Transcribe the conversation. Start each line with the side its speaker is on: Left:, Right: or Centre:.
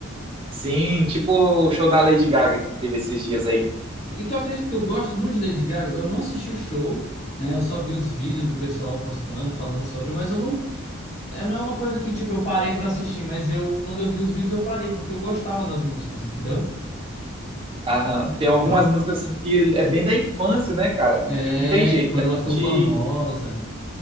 Right: Sim, tipo o show da Lady Gaga que teve esses dias aí.
Left: Então eu acredito que eu gosto muito de Lady Gaga, eu não assisti o show, né? Eu só vi os vídeos do pessoal postando, falando sobre, mas eu não é, não é uma coisa que, tipo, eu parei pra assistir, mas eu, quando eu vi os vídeos, eu parei, porque eu gostava das músicas, entendeu?
Right: Aham. Tem algumas
Left: Ó,
Right: músicas assim que é bem da infância, né, cara?
Left: É,
Right: Não tem jeito,
Left: que quando
Right: que a
Left: ela
Right: gente
Left: ficou famosa,